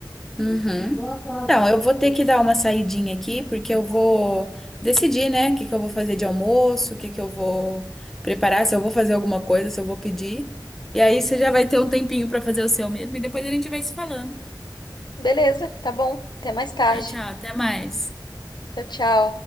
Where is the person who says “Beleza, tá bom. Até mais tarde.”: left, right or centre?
Left